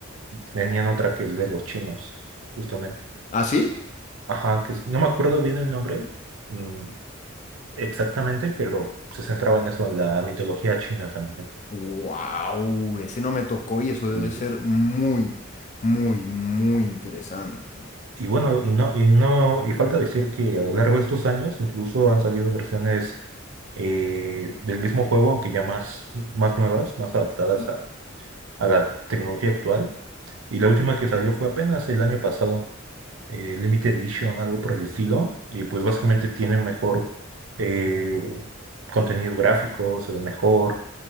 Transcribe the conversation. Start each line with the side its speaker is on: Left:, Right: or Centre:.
Right: tenían otra que es de los chinos, justamente.
Left: ¿Ah, sí?
Right: Ajá, que es- no me acuerdo bien el nombre, mm, exactamente, pero se centraba en eso, en la mitología china también.
Left: Wow, ese no me tocó y eso debe
Right: Y,
Left: ser muy, muy, muy interesante.
Right: y bueno, y no, y no, y falta decir que a lo largo de estos años incluso han salido versiones eh, del mismo juego, aunque ya más, más nuevas, más adaptadas
Left: Mm,
Right: a, a la tecnología actual. Y la última que salió fue apenas el año pasado. eh, Limited Vision, algo por el estilo, y pues básicamente tiene mejor eh, contenido gráfico, se ve mejor,